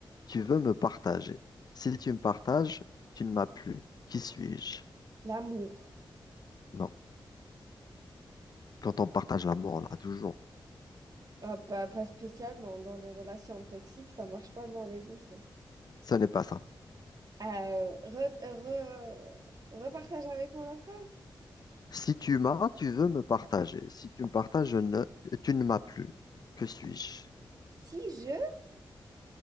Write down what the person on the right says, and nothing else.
L'amour.
Ah, pas, pas spécialement. Dans les relations toxiques, ça marche pas dans les deux sens.
Euh, re- euh, re- repartage avec moi la phrase.
Si je...